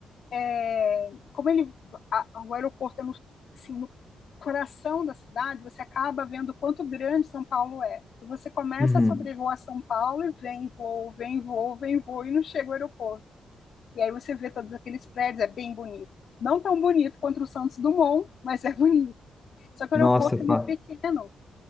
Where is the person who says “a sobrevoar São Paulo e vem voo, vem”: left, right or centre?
Left